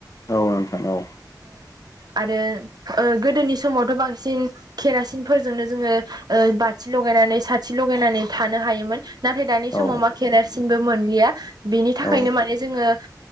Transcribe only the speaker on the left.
औ नोंथां औ।
औ
औ